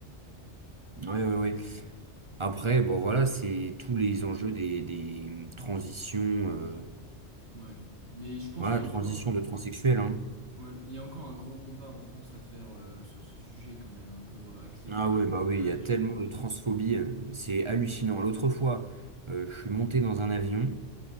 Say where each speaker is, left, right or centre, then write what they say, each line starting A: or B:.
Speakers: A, on the right; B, on the right.
A: Ouais, ouais, ouais. Après, bon voilà, c'est tous les enjeux des, des transitions, euh,
B: Ouais. Mais je pense
A: voilà,
B: qu'il y a
A: transition
B: encore,
A: de transsexuel, hein.
B: ouais, il y a encore un gros combat en France à faire euh, sur ce sujet quand même, hein, pour euh, accepter
A: Ah
B: davantage.
A: ouais, bah oui, il y a tellement
B: euh,
A: de transphobie, euh, c'est hallucinant. L'autre fois, euh, je suis monté dans un avion,